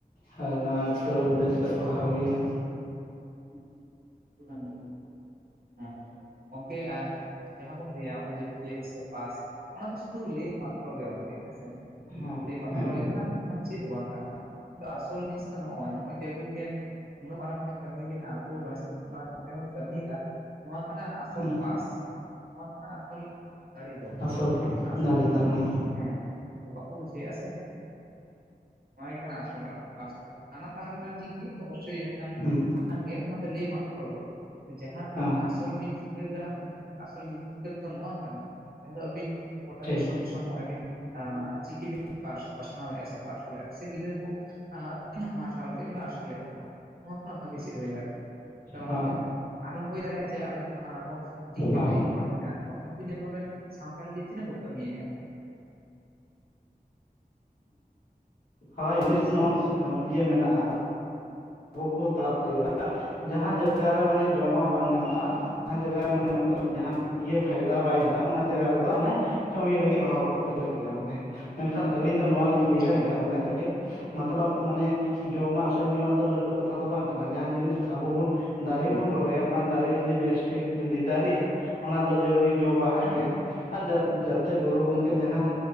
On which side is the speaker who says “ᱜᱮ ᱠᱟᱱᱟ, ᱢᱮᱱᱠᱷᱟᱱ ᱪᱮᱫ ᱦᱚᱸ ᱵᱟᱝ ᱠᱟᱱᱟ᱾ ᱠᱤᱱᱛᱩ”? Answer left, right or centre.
Right